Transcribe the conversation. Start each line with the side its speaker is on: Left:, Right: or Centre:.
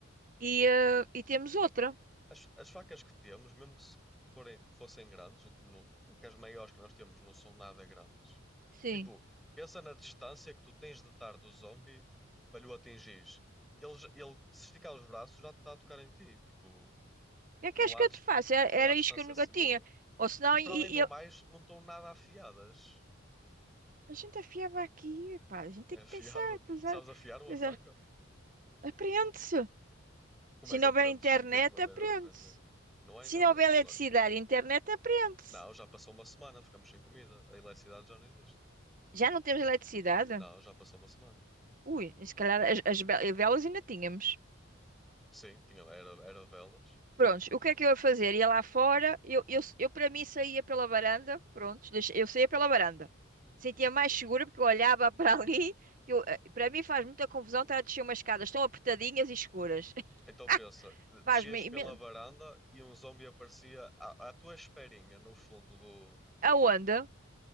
Right: E, eh, e temos outra.
Centre: As, as facas que temos, mesmo se forem, que fossem grandes, o que, no- o que as maiores que nós temos não são nada grandes.
Right: Sim.
Centre: Tipo, pensa na distância que tu tens de estar do zombie para lhe o atingires. Ele, j- ele, se esticar os braços, já está a tocar em ti. Tipo,
Right: O que é que
Centre: não
Right: acho
Centre: há,
Right: que eu
Centre: dis-
Right: te faço? Era,
Centre: não
Right: era
Centre: há distância
Right: isto que eu nunca
Centre: segura.
Right: tinha. Ou senão,
Centre: E para
Right: e,
Centre: além do
Right: e eu-
Centre: mais, não estão nada afiadas.
Right: a gente afiava aqui, pá, a gente tem
Centre: É
Right: que
Centre: afiado.
Right: pensar, utilizar,
Centre: <laughs> Sabes afiar uma
Right: utilizar.
Centre: faca?
Right: Apreende-se.
Centre: Como
Right: Se
Centre: é que
Right: não
Centre: aprendes
Right: houver internet,
Centre: se não tens maneira
Right: aprende-se.
Centre: de aprender? Não há internet,
Right: Se não houver eletricidade
Centre: claro que não. há.
Right: e internet, aprende-se.
Centre: Não, já passou uma semana, ficamos sem comida. A eletricidade já não existe.
Right: Já não temos eletricidade?
Centre: Não, já passou uma semana.
Right: Ui, se calhar as, as ve- velas ainda tínhamos.
Centre: Sim, tinha, era, era velas.
Right: Prontos, o que é que eu ia fazer? Ia lá fora, eu, eu, eu para mim saía pela varanda, prontos, deixa- eu saía pela varanda. Sentia mais
Centre: Imp-
Right: segura porque eu olhava <laughs> para ali, que eu, eh, para mim faz muita confusão estar a descer umas escadas tão apertadinhas e escuras.
Centre: Então pensa,
Right: <laughs>
Centre: descias
Right: Faz-me
Centre: pela
Right: imen-
Centre: varanda e um zombie aparecia à, à tua esperinha no fundo do.
Right: Aonde?